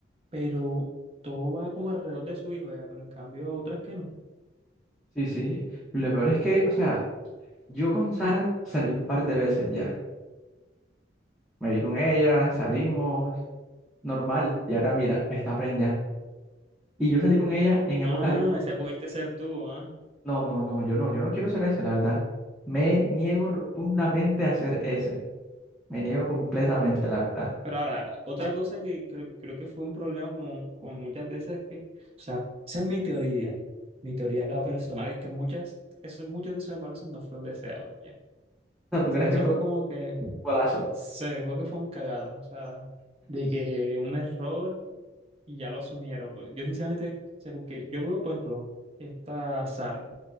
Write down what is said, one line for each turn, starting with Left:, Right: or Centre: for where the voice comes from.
Right: pero todo va como alrededor de su hijo, ya, pero en cambio otras que no.
Centre: Sí, sí. Lo peor es que, o sea, yo con Sara salí un par de veces ya. Me vi con ella, salimos, normal. Y ahora mira, está preñada. Y yo salí con ella en época
Right: Ah,
Centre: de...
Right: esa pudiste ser tú, ¿ah?
Centre: No, no, no, yo no, yo no quiero ser ese, la verdad. Me niego rotundamente a ser ese. Me niego completamente, la verdad.
Right: Pero ahora, otra cosa que creo, creo que fue un problema como, como muchas veces que, o sea, esa es mi teoría, mi teoría acá personal, es que muchas, esos, muchos de esos embarazos no fueron deseados, ya.
Centre: O sea, ¿tú
Right: O
Centre: crees
Right: sea, eso
Centre: que fue
Right: fue
Centre: un
Right: como que
Centre: golazo?
Right: Se dejó que fue un cagada, o sea, de que un error y ya lo asumieron. pues. Yo sinceramente, o sea, porque yo veo, por ejemplo, esta Sara.